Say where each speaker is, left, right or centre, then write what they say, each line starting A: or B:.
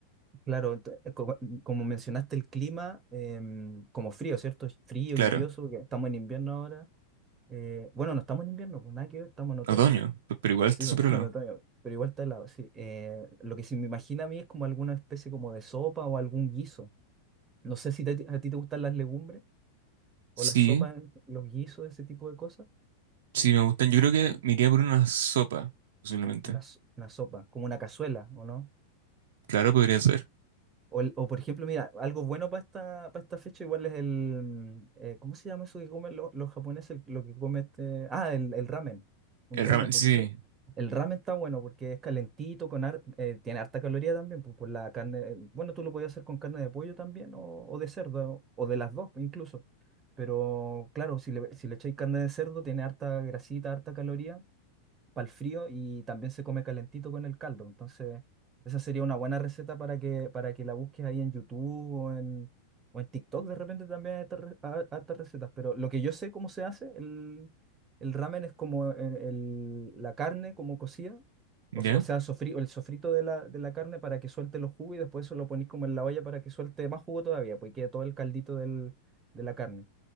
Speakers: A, on the right; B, on the right.
A: claro, ent- eh, co- como mencionaste el clima, em, como frío, ¿cierto? Es Frío,
B: claro.
A: lluvioso, que estamos en invierno ahora. Eh, bueno, no estamos en invierno, pues nada que ver, estamos en otoño.
B: Otoño,
A: <laughs>
B: pe- pero igual está
A: Sí,
B: súper
A: pues, estamos
B: helado.
A: en otoño, pero igual está helado, sí. Eh, lo que sí me imagina a mí es como alguna especie como de sopa o algún guiso. No sé si te- a ti te gustan las legumbres o
B: Sí,
A: las sopas, los guisos, ese tipo de cosas.
B: sí me gustan. Yo creo que
A: Sí.
B: me iría por una sopa, posiblemente.
A: Una, s- una sopa, como una cazuela, ¿o no?
B: Claro, podría ser.
A: O, el- o, por ejemplo, mira, algo bueno para esta, para esta fecha igual es el... mm, eh, ¿cómo se llama eso que comen lo- los japoneses? el- lo que come este... Ah, el, el ramen. Un
B: El
A: ramen,
B: ramen,
A: porque
B: sí,
A: eso... El ramen está bueno porque es calentito, con har- eh, tiene harta caloría también, pues, por la carne... eh, Bueno, tú lo podías hacer con carne de pollo también o, o de cerdo, o de las dos incluso. Pero claro, si le, si le echáis carne de cerdo, tiene harta grasita, harta caloría para el frío y también se come calentito con el caldo. Entonces, esa sería una buena receta para que, para que la busques ahí en YouTube o en, o en TikTok. De repente también hay hartas re- ha- hartas recetas. Pero lo que yo sé cómo se hace, el, el ramen es como el- el- la carne como cocida.
B: sí,
A: O,
B: ¿ya?
A: s- o sea, sofrí- el sofrito de la, de la carne para que suelte los jugos y después eso lo ponís como en la olla para que suelte más jugo todavía, pues y quede todo el caldito del, de la carne.